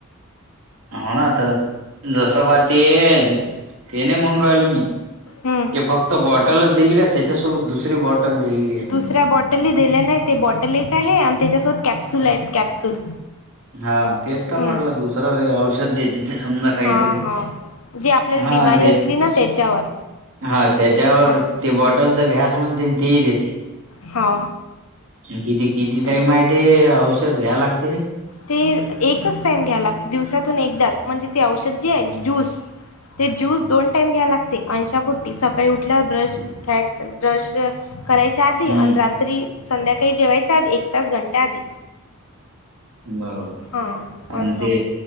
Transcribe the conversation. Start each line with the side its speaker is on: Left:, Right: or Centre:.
Right: हो ना, तर जसं ब ते ते नाही म्हणून राहिलो मी
Left: हम
Right: ते फक्त बॉटलच दिली आहे. त्याच्यासोबत दुसरी बॉटल दिलेली आहे.
Left: दुसऱ्या बॉटलही दिले नाही. ते बॉटल एक आहे आणि त्याच्यासोबत कॅप्सूल आहेत, कॅप्सूल
Right: हा, तेच तर
Left: हम्म
Right: म्हटलं. दुसरं औषध देतील. समजा काहीतरी
Left: हा हा जी आपल्याला
Right: हा
Left: बिमारी
Right: दे
Left: असली ना त्याच्यावर
Right: हा त्याच्यावर
Left: हा
Right: ते बॉटल तर घ्याच म्हणते, तेही देते.
Left: ह, हा
Right: किती किती
Left: हम्म
Right: टाइम आहे? ते औषध घ्याय लागते रे
Left: ते एकच टाइम घ्या लागते. दिवसातून एकदाच. म्हणजे ते औषध जे आहे, ज्यूस ते ज्यूस दोन टाइम घ्याय लागते. अंनुशापोटी सकाळी उठल्या, ब्रश ख्याय, ब्रश करायच्या आधी
Right: हं,
Left: आणि रात्री संध्याकाळी जेवायच्या आधी, एक तास घंटा आधी
Right: बरोबर.
Left: हा
Right: आण
Left: असं
Right: ते,